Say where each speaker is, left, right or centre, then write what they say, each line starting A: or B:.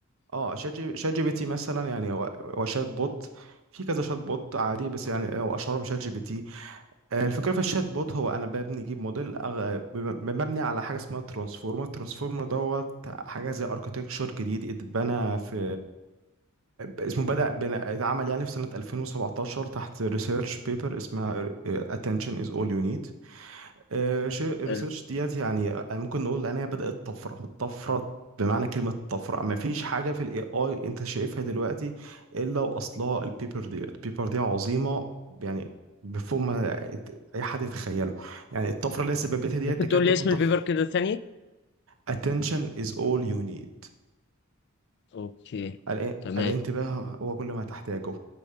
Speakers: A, on the right; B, on the left.
A: اه شات جي شات جي بي تي مثلا يعني هو هو شات بوت في كذا شات بوت عادي بس يعني هو اشهرهم شات جي بي تي آه، الفكره في الشات بوت هو انا ببني اجيب موديل أغ- بم- مبني على حاجه اسمها ترانسفورمر ترانسفورمر دوت حاجه زي اركتكتشر جديد اتبنى في اسمه بدأ بنا- اتعمل يعني في سنة 2017 تحت ريسيرش بيبر اسمها آه، Attention is all you need آه، شيء الريسيرش
B: اه
A: ديت يعني آه، ممكن نقول ان هي بدأت طفرة طفرة بمعنى كلمة طفرة ما فيش حاجة في الاي اي انت شايفها دلوقتي الا واصلها البيبر دي البيبر دي عظيمة يعني بفوق ما اي حد يتخيله يعني الطفرة اللي هي سببتها ديت
B: ممكن
A: تكاد
B: تقول
A: تكون
B: لي اسم
A: طفرة
B: البيبر كده ثاني
A: Attention is all you need
B: اوكي
A: الان-
B: تمام
A: الانتباه هو كل ما تحتاجه